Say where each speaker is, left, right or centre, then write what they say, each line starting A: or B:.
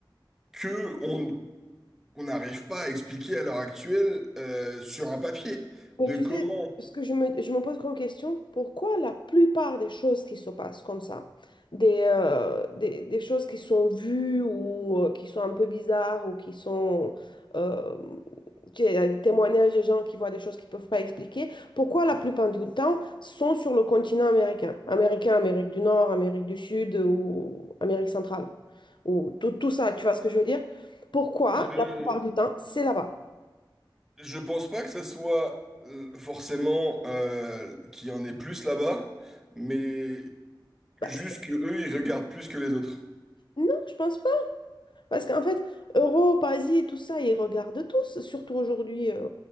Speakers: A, in the centre; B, on the left.
A: que on qu'on n'arrive pas à expliquer à l'heure actuelle euh, sur un papier. De
B: Mais tu
A: comment
B: sais, ce que je me, je me pose comme question, pourquoi la plupart des choses qui se passent comme ça, des, euh, des, des choses qui sont vues ou euh, qui sont un peu bizarres ou qui sont... euh, tu sais, il y a des témoignages des gens qui voient des choses qu'ils ne peuvent pas expliquer, pourquoi la plupart du temps sont sur le continent américain? Américain, Amérique du Nord, Amérique du Sud ou Amérique centrale. Ou tout, tout ça, tu vois ce que je veux dire? Pourquoi
A: je
B: la plupart du temps c'est là-bas?
A: je pense pas que ça soit euh, forcément euh, qu'il y en ait plus là-bas, mais
B: Bah,
A: juste
B: c'est-
A: que eux ils regardent plus que les autres.
B: non, je pense pas. Parce qu'en fait, Europe, Asie, tout ça, ils regardent tous, surtout aujourd'hui, euh,